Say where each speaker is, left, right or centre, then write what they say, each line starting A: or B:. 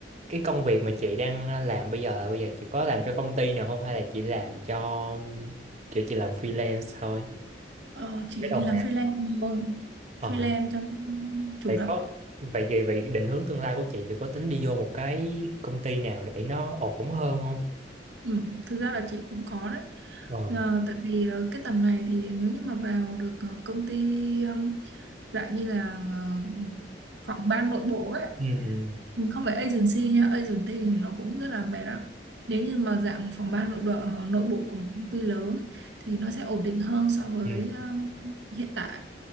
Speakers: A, on the right; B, on the right.
A: cái công việc mà chị đang ờ, làm bây giờ bây giờ chị có làm cho công ty nào không hay là chị làm cho kiểu chị làm freelance thôi
B: ờ, chị
A: cái đầu
B: làm
A: mà
B: freelance thôi
A: ờ
B: freelance cho nó chủ
A: vậy
B: động
A: có vậy vậy vậy định hướng tương lai của chị chị có tính đi vô một cái công ty nào để nó ổn hơn không
B: ừ. thực ra là chị cũng có đấy
A: ờ
B: Ờ, tại vì ờ, cái tầm này thì nếu như mà vào được ờ, công ty ừm, dạng như là ờ, phòng ban nội bộ ấy
A: ừ ừ
B: không phải agency nha agency thì nó cũng rất là mệt đó nếu như mà dạng phòng ban nội bộ ờ, nội bộ của một công ty lớn thì nó sẽ ổn định hơn so với
A: ừ
B: ờ, hiện tại